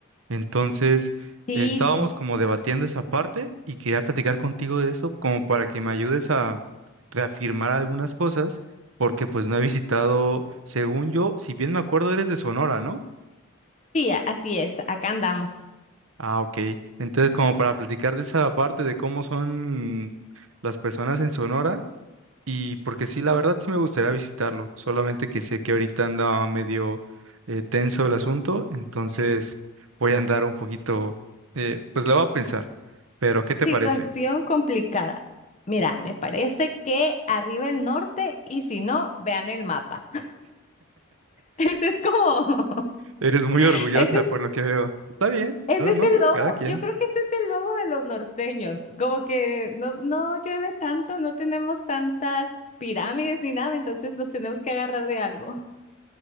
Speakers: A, on the right (about 75°); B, on the left (about 35°).
A: Entonces,
B: Sí,
A: eh, estábamos
B: sí.
A: como debatiendo esa parte y quería platicar contigo de eso como para que me ayudes a reafirmar algunas cosas, porque pues no he visitado, según yo, si bien me acuerdo, eres de Sonora, ¿no?
B: Sí, a- así es. Acá andamos.
A: Ah, ok. Entonces, como para platicar de esa parte de cómo son las personas en Sonora Y porque sí, la verdad sí me gustaría visitarlo, solamente que sé que ahorita anda medio eh, tenso el asunto, entonces voy a andar un poquito, eh, pues lo voy a pensar, pero ¿qué te
B: Situación
A: parece?
B: complicada. Mira, me parece que arriba el norte y si no, vean el mapa. <laughs> Ese es como, <laughs>
A: Eres muy orgullosa
B: ese es,
A: por lo que veo. Está bien,
B: ese
A: no, no,
B: es
A: no,
B: el logo.
A: cada quien.
B: Yo creo que ese es el logo de los norteños. Como que no, no llueve tanto, no tenemos tantas pirámides ni nada, entonces nos tenemos que agarrar de algo.